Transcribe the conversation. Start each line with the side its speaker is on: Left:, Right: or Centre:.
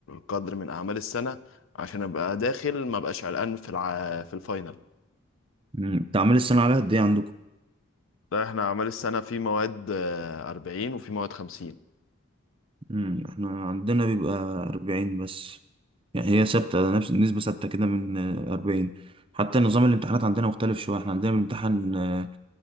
Left: قدر من اعمال السنه عشان ابقى داخل ما بقاش قلقان في الع... في الفاينل
Right: مم، تعمل السنة عليها قد ايه عندكم؟
Left: لا احنا اعمال السنه في مواد آه، 40 وفي مواد 50
Right: مم، احنا عندنا بيبقى 40 بس يعني هي ثابتة نفس نسبة ثابتة كده من آه، 40 حتى نظام الامتحانات عندنا مختلف شوية احنا عندنا بنمتحن آه،